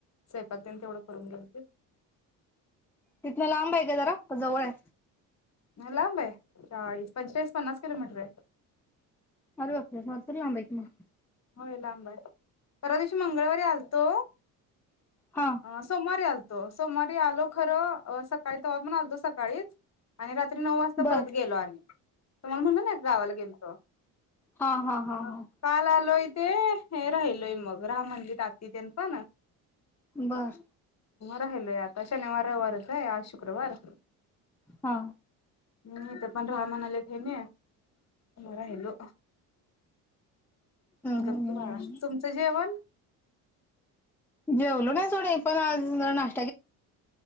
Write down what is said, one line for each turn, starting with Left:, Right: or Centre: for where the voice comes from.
Left: स्वपक तेन तेवढं करून घेलतील,
Centre: तिथन लांब आहे काय जरा? का जवळ आहे,
Left: नाहीला लांब आहे, चाळीस पंचाळीस पन्नास किलोमीटर र आहे.
Centre: अरे बापरे भरपूर लांब आहे की मग,
Left: होय लांब आहे परवादिवशी मंगळवारी आलतो.
Centre: हा
Left: ह सोमवारी असलत, सोमवारी आलो खर सकाळी त्हाणलतो सकाळीच आणि, रात्री नऊ वाजता
Centre: बर
Left: परत गेलो, आणि तुम्हाला म्हणल ना गावाला गेलोतो,
Centre: हा हा
Left: आ
Centre: हा हा
Left: काल आलोय ते हे राहिलोय मग राम मंदिर आ त त्यां पण
Centre: बर
Left: राहिलोय आता शनिवार रवारच आहे आज शुक्रवार
Centre: हा
Left: म तर पण राहामाणा आलेत हे न राहिलो
Centre: हम्म
Left: गकी
Centre: हम्म
Left: बाळा
Centre: हम्म
Left: तुमचं जेवण
Centre: जेवलो नाही सोडे पण आज ज नाश